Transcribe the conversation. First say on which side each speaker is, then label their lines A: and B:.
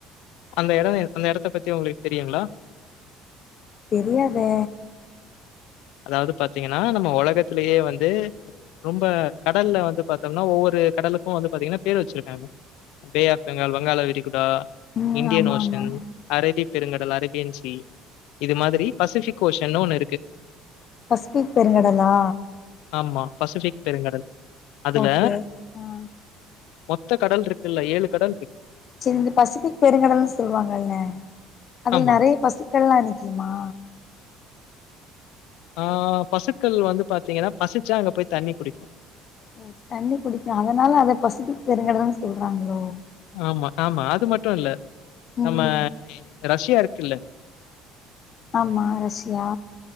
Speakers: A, on the left; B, on the left.
A: அந்த எட அந்த எடத்த பத்தி உங்களுக்கு தெரியுங்ளா
B: தெரியாதே
A: அதாது பாத்திங்கனா நம்ம ஒலகத்திலயே வந்து ரொம்ப கடல்ல வந்து பாத்தோம்னா ஒவ்வொரு கடலுக்கு வந்து பாத்திங்னா பேர் வெச்சிருக்காங்க பே ஆஃப் பெங்கால் வங்காள விரிகுடா
B: ம்
A: இன்டியன்
B: ஆமா
A: ஓஷன்
B: ஆமா
A: அரேபி பெருங்கடல் அரபியன் சி இது மாதிரி பசிபிக் ஓஷன்னு ஒண்ணு இருக்கு
B: பசிபிக் பெருங்கடலா
A: ஆமா பசிஃபிக் பெருங்கடல் அதுல
B: ஓகே ஆ
A: மொத்த கடல் இருக்குல்ல ஏழு கடல்ருக்கு
B: செரி இந்த பசிபிக் பெருங்கடல்னு சொல்லுவாங்கல்ல அதுல
A: ஆமா.
B: நெறைய பசுக்கல்லா நிக்குமா
A: ஆ பசுக்கள் வந்து பாத்திங்கனா பசிச்சா அங்க போய் தண்ணி குடிக்கு
B: ஓ தண்ணி குடிக்கு அதனால அத பசிபிக் பெருங்கடல்னு சொல்றாங்ளோ
A: ஆமா ஆமா அது மட்டு இல்ல
B: ம்
A: நம்ம ரஷ்யா இருக் கில்ல
B: ஆமா ரஷியா